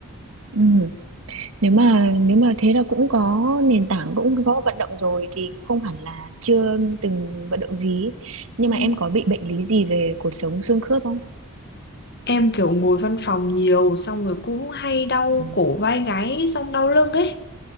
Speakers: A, on the right; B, on the left.
A: Ừ. Nếu mà nếu mà thế là cũng có nền tảng cũng có vận động rồi thì cũng không hẳn là chưa từng vận động gì. Nhưng
B: Ừ.
A: mà em có bị bệnh lý gì về cột sống xương khớp không?
B: Em kiểu ngồi văn phòng nhiều xong rồi cũng hay đau
A: Ừ.
B: cổ vai gáy xong đau lưng ấy.